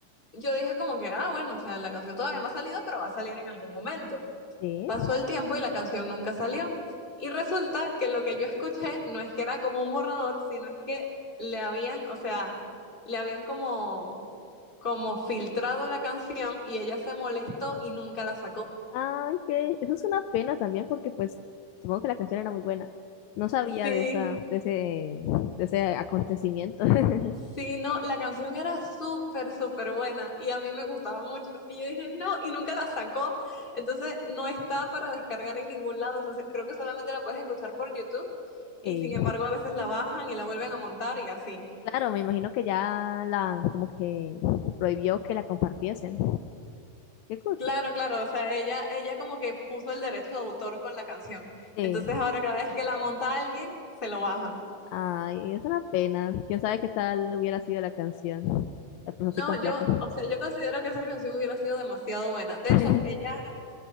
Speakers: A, on the left; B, on the left.
A: yo dije como que, ah, bueno, o sea, la canción todavía no ha salido, pero va a salir en algún momento.
B: sí.
A: Pasó el tiempo y la canción nunca salió. Y resulta que lo que yo escuché no es que era como un borrador, sino es que le habían, o sea, le habían como, como filtrado la canción y ella se molestó y nunca la sacó.
B: Ay, que eso es una pena también porque pues supongo que la canción era muy buena. No sabía
A: Sí,
B: de esa, de ese, de ese acontecimiento. <laughs>
A: Sí, no, la canción era súper, súper buena y a mí me gustaba mucho. Y yo dije, no, y nunca la sacó. Entonces, no está para descargar en ningún lado. O sea, se- creo que solamente la puedes escuchar por YouTube y
B: Sí.
A: sin embargo a veces la bajan y la vuelven a montar y así.
B: Claro, me imagino que ya la, como que prohibió que la compartiesen. ¿Qué, co-
A: Claro,
B: qué
A: claro, o sea, ella, ella como que puso el derecho de autor con la canción.
B: Sí.
A: Entonces, ahora cada vez que la monta alguien, se lo bajan.
B: Ay, es una pena. Quién sabe qué tal hubiera sido la canción. La puso
A: No,
B: así completa.
A: yo, o sea, yo considero que esa canción hubiera sido demasiado buena. De
B: <laughs>
A: hecho, ella,